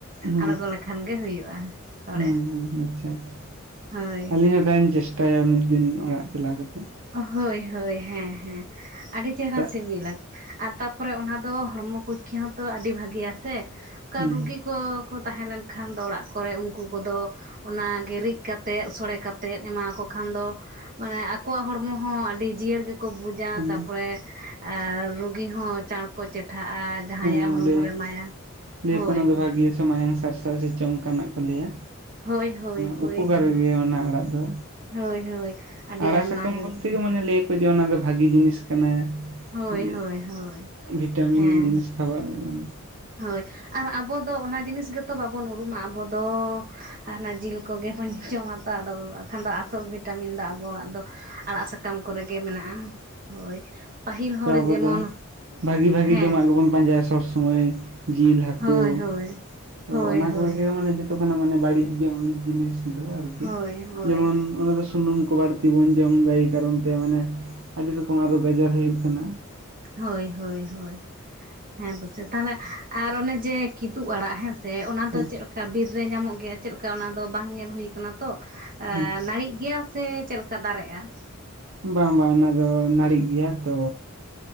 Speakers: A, on the right; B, on the right.
A: ᱦᱩᱸ
B: ᱟᱬᱜᱚ ᱞᱮᱠᱷᱟᱱ ᱜᱮ ᱦᱩᱭᱩᱜᱼᱟ ᱥᱚᱲᱮ
A: ᱦᱩᱸ ᱦᱩᱸ ᱟᱪᱪᱷᱟ ᱟᱪᱪᱷᱟ
B: ᱦᱳᱭ
A: ᱟᱹᱞᱤᱧ ᱦᱟᱛᱷᱟ ᱞᱧ ᱪᱮᱥᱴᱟᱭᱟ ᱢᱤᱫ ᱫᱤᱱ ᱚᱲᱟᱜ ᱪᱟᱞᱟᱣ ᱠᱟᱛᱮ
B: ᱦᱳᱭ ᱦᱳᱭ ᱦᱮᱸ ᱦᱮᱸ ᱟᱹᱰᱤ ᱪᱮᱨᱦᱨᱟ
A: ᱪᱮᱫᱟᱜ
B: ᱥᱤᱵᱤᱞᱟ ᱟᱨ ᱛᱟᱯᱚᱨᱮ ᱚᱱᱟ ᱫᱚ ᱦᱚᱲᱢᱚ ᱯᱚᱠᱠᱷᱟ ᱦᱚᱸᱛᱚ ᱟᱹᱰᱤ ᱵᱷᱟᱹᱜᱮᱭᱟ ᱥᱮᱠᱟ
A: ᱦᱩᱸ
B: ᱨᱩᱜᱤ ᱠᱚ ᱠᱚ ᱛᱟᱦᱮᱸ ᱞᱮᱱ ᱠᱷᱟᱱ ᱫᱚ ᱚᱲᱟᱜ ᱠᱚᱨᱮ ᱩᱱᱠᱩ ᱠᱚᱫᱚ ᱚᱱᱟᱜᱮ ᱨᱤᱫ ᱠᱟᱛᱮᱜ ᱥᱚᱲᱮ ᱠᱟᱛᱮᱜ ᱮᱢᱟᱠᱚ ᱠᱷᱟᱱ ᱫᱚ ᱢᱟᱱᱮ ᱟᱠᱚᱣᱟᱜ ᱦᱚᱲᱢᱚ ᱦᱚᱸ ᱟᱹᱰᱤ ᱡᱤᱭᱟᱹᱲ ᱜᱮᱠᱚ ᱵᱩᱡᱟ
A: ᱚᱱᱮ
B: ᱛᱟᱯᱚᱨᱮ ᱟᱨ ᱨᱩᱜᱤ ᱦᱚᱸ ᱪᱟᱬᱠᱚ ᱪᱮᱴᱷᱟᱜᱼᱟ ᱡᱟᱦᱟᱸᱟᱭᱭᱟᱜ
A: ᱦᱮᱸ
B: ᱦᱚᱲᱢᱚ
A: ᱞᱟᱹᱭ
B: ᱨᱮ ᱮᱢᱟᱭᱟ
A: ᱞᱟᱹᱭᱟᱠᱚ
B: ᱦᱳᱭ
A: ᱚᱱᱟ ᱫᱚ ᱵᱷᱟᱹᱜᱤᱭᱟ ᱢᱟᱭᱟᱝ ᱥᱟᱨᱥᱟ ᱥᱮ ᱪᱚᱝ ᱚᱱᱠᱟᱱᱟᱜ ᱠᱚ ᱞᱟᱹᱭᱟᱹ
B: ᱦᱳᱭ ᱦᱳᱭ ᱦᱳᱭ
A: ᱩᱚᱯᱚᱠᱟᱨ ᱾ ᱦᱩᱭᱩᱜ ᱜᱮᱭᱟ ᱚᱱᱟ ᱟᱲᱟᱜ ᱫᱚ
B: ᱦᱳᱭ ᱦᱳᱭ ᱟᱹᱰᱤ
A: ᱟᱲᱟᱜ
B: ᱟᱭᱢᱟ
A: ᱥᱟᱠᱟᱢ
B: ᱜᱮ
A: ᱵᱚᱞᱛᱮ ᱞᱟᱹᱭ ᱟᱠᱚ ᱡᱮ ᱚᱱᱟ ᱫᱚ ᱵᱷᱟᱜᱤ ᱡᱤᱱᱤᱥ ᱠᱟᱱᱟ
B: ᱦᱳᱭ
A: ᱡᱮ
B: ᱦᱳᱭ ᱦᱳᱭ
A: ᱵᱷᱤᱴᱟᱢᱤᱱ
B: ᱦᱮᱸ
A: ᱡᱤᱱᱤᱥ ᱥᱟᱵᱟᱜ ᱧᱚᱜ ᱠᱟᱱᱟ ᱾
B: ᱦᱳᱭ ᱟᱨ ᱟᱵᱚ ᱫᱚ ᱚᱱᱟ ᱡᱤᱱᱤᱥ ᱜᱮᱛᱚ ᱵᱟᱵᱚᱱ ᱩᱨᱩᱢᱟ ᱟᱵᱚ ᱫᱚ, ᱟᱨ ᱚᱱᱟ ᱡᱤᱞ ᱠᱚᱜᱮᱵᱚᱱ ᱡᱚᱢ ᱦᱟᱛᱟᱣᱟ ᱟᱫᱚ ᱵᱟᱠᱷᱟᱱ ᱫᱚ ᱟᱥᱚᱞ ᱵᱷᱤᱴᱟᱢᱤᱱ ᱫᱚ ᱟᱵᱚᱣᱟᱜ ᱫᱚ ᱟᱲᱟᱜ ᱥᱟᱠᱟᱢ ᱠᱚᱨᱮ ᱜᱮ ᱢᱮᱱᱟᱜᱼᱟ ᱦᱳᱭ ᱯᱟᱹᱦᱤᱞ ᱦᱚᱲ
A: ᱛᱚ ᱟᱵᱚ
B: ᱡᱮᱢᱚᱱ
A: ᱫᱚ ᱵᱷᱟᱜᱤ ᱵᱷᱟᱜᱤ
B: ᱦᱮᱸ
A: ᱡᱚᱢᱟᱜ ᱜᱮᱵᱚᱱ ᱯᱟᱸᱡᱟᱭᱟ ᱥᱚᱵᱽ ᱥᱳᱢᱚᱭ, ᱡᱤᱞ ᱦᱟᱹᱠᱩ
B: ᱦᱳᱭ ᱦᱳᱭ
A: ᱛᱚ
B: ᱦᱳᱭ
A: ᱚᱱᱟ
B: ᱦᱳᱭ
A: ᱠᱚᱜᱮ ᱢᱟᱱᱮ, ᱛᱟᱵᱚᱱᱟ ᱢᱟᱱᱮ ᱵᱟᱹᱲᱤᱡ ᱡᱤᱱᱤᱥ ᱫᱚ ᱟᱨᱠᱤ
B: ᱦᱳᱭ ᱦᱳᱭ
A: ᱡᱮᱢᱚᱱ ᱚᱱᱟ ᱫᱚ ᱥᱩᱱᱩᱢ ᱠᱚ ᱵᱟᱹᱲᱛᱤ ᱵᱚᱱ ᱡᱚᱢ ᱮᱫᱟ ᱮᱭ ᱠᱟᱨᱚᱱ ᱛᱮ ᱢᱟᱱᱮ ᱟᱹᱰᱤ ᱨᱚᱠᱚᱢ ᱨᱳᱜ ᱟᱡᱟᱨ ᱦᱩᱭᱩᱜ ᱠᱟᱱᱟ ᱾
B: ᱦᱳᱭ ᱦᱳᱭ ᱦᱳᱭ ᱦᱮᱸ ᱫᱚᱥᱮ ᱛᱟᱦᱚᱞᱮ ᱟᱨ ᱚᱱᱮ ᱡᱮ ᱠᱤᱫᱩ ᱟᱲᱟᱜ ᱦᱮᱸ ᱥᱮ ᱚᱱᱟ ᱫᱚ
A: ᱦᱮᱸ
B: ᱪᱮᱫ ᱞᱮᱠᱟ ᱵᱤᱨ ᱨᱮ ᱧᱟᱢᱚᱜ ᱜᱮᱭᱟ ᱪᱮᱫ ᱞᱮᱠᱟ ᱚᱱᱟ ᱫᱚ ᱵᱟᱝ ᱧᱮᱞ ᱦᱩᱭ ᱠᱟᱱᱟ ᱛᱚ,
A: ᱦᱮᱸ
B: ᱱᱟᱹᱲᱤᱜ ᱜᱮᱭᱟ ᱥᱮ ᱪᱮᱫ ᱞᱮᱠᱟ ᱫᱟᱨᱮᱜᱼᱟ ᱾
A: ᱵᱟᱝ ᱵᱟᱝ ᱚᱱᱟ ᱫᱚ ᱱᱟᱹᱲᱤᱜ ᱜᱮᱭᱟ ᱛᱚ,